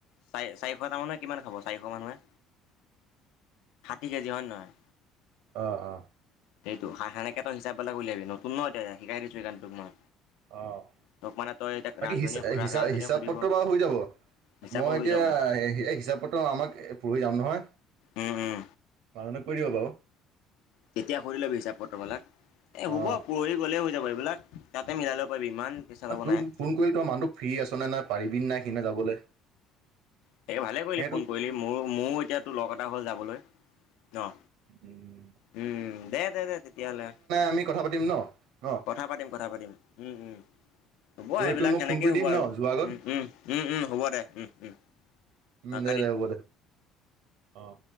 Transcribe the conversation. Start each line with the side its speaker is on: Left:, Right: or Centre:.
Left: চাৰি চাৰিশটা মানুহে কিমান খাব চাৰিশ মানুহে ষাঠি কেজি হয় নে নহয়।
Right: অ', অ'।
Left: সেইটো সেনেকেত হিচাপবিলাক উলিয়াবি নতুন নয় এতি শিকাই দিছোঁ এইকাৰনে তোক মই।
Right: অ',
Left: তোক মানে তই এতিয়া
Right: বাকী
Left: ৰান্ধনীয়ে
Right: হিচাপ
Left: ৰান্ধনীয়ে
Right: হিচাপ
Left: সুধিব
Right: পত্ৰ বাৰু হৈ যাব।
Left: হিচাপত
Right: মই এতিয়া
Left: হৈ যাব।
Right: হিচাপত পত্ৰ ত' আমাক পৰি যাম নহয়
Left: উম উম
Right: মানুহ কৈ দিব বাৰু।
Left: তেতিয়া সুধি লবি হিচাপ পত্ৰবিলাক এ হ'ব
Right: অ
Left: পৰহি গ'লে হৈ যাব এইবিলাক তাতে মিলাই লব পাৰি ইমান পইচা ল'ব
Right: তোৰ
Left: নাই।
Right: ফোন কৰিলে তাৰ মানুহটো ফ্ৰী আছ নে নাই পাৰিবি নে নাই সিদিনা যাবলৈ।
Left: তাকে ভালে কৰিলি
Right: এ
Left: ফোন
Right: তোক
Left: কৰিলি মোৰ মোৰো এতিয়াতো লগ এটা হ'ল যাবলৈ ন।
Right: উম।
Left: উম, দে, দে, দে তেতিয়াহ'লে
Right: আমি কথা পাতিম ন ন
Left: কথা পাতিম কথা পাতিম উম, উম। হ'ব
Right: পৰহি
Left: এইবিলাক
Right: তোক মই
Left: সেনেকেই
Right: ফোন কৰি
Left: হ'ব
Right: দিম
Left: আৰু
Right: ন যোৱাৰ আগত
Left: উম, উম উম, উম হ'ব দে উম, উম।
Right: উম,
Left: অ'
Right: নাই
Left: কাটি
Right: নাই হ'ব দে অ'।